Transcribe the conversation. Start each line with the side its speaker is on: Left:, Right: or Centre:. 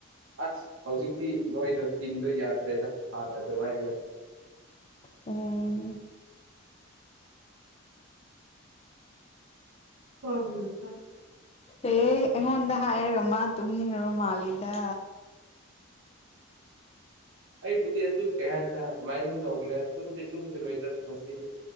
Right: ꯑꯁ ꯍꯧꯖꯤꯛꯇꯤ ꯃꯣꯏꯗꯣ ꯇꯤꯟꯗꯣ ꯌꯥꯗ꯭ꯔꯦꯗ ꯍꯥꯟꯅ ꯑꯗꯨꯃꯥꯏꯅ
Left: ꯎꯝ
Right: ꯍ ꯍꯝ ꯍ
Left: ꯑꯦ ꯑꯩꯉꯣꯟꯗ ꯍꯥꯏꯔꯒ ꯃꯥ ꯇꯨꯝꯅꯤꯡꯉꯣ ꯃꯥꯂꯤꯗ
Right: ꯑꯩꯕꯨꯗꯤ ꯑꯗꯨꯝ ꯀꯌꯥ ꯍꯥꯏꯁꯤꯅ ꯑꯗꯨꯃꯥꯏꯅ ꯑꯗꯨꯅ ꯇꯧꯕꯂꯦ ꯑꯗꯨꯝꯗꯤ ꯇꯨꯝꯂꯔꯣꯏꯗ꯭ꯔꯥ ꯁꯤ